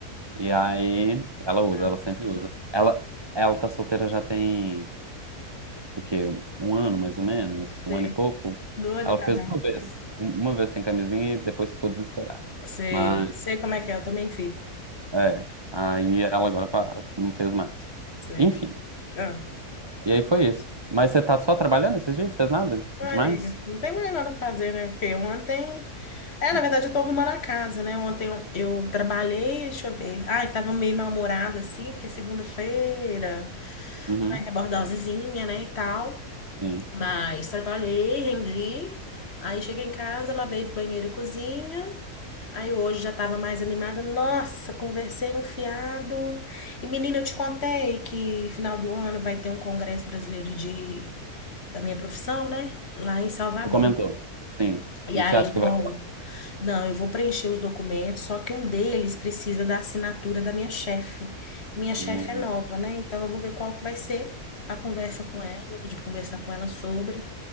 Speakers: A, on the right (about 35°); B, on the left (about 45°).
A: e aí ela usa,
B: ah,
A: ela sempre usa. Ela, ela tá solteira já tem o quê? Um ano, mais ou menos?
B: sei.
A: Um ano e pouco?
B: Doida
A: Ela
B: pra
A: fez
B: ver.
A: uma vez. um- Uma vez sem camisinha e depois ficou desesperada.
B: Sei,
A: Mas,
B: sei como é que é, eu também fico.
A: é. Aí ela agora pa- não fez mais.
B: Sei.
A: Enfim.
B: Ah,
A: E aí foi isso. Mas você tá só trabalhando esses dias? Fez nada?
B: ah,
A: Demais?
B: nega, não tem mais nada pra fazer, né? Porque ontem. É,
A: Não.
B: na verdade, eu tô arrumando a casa, né? Ontem eu, eu trabalhei, deixa eu ver. Ai, tava meio mal-humorada, assim, porque é segunda-feira,
A: Uhum,
B: vai rebordar osizinha, né, e tal.
A: sim.
B: Mas trabalhei, rendi. Aí cheguei em casa, lavei banheiro e cozinha. Aí hoje já estava mais animada. Nossa, conversei um fiado. E menina, eu te contei que final do ano vai ter um congresso brasileiro de da minha profissão, né? Lá em Salvador.
A: Você comentou. Sim.
B: E
A: E
B: aí
A: você acha
B: eu
A: que
B: vou,
A: vai.
B: não, eu vou preencher os documentos, só que um deles precisa da assinatura da minha chefe. Minha chefe
A: Uhum,
B: é nova, né? Então eu vou ver qual que vai ser a conversa com ela, vou pedir para conversar com ela sobre.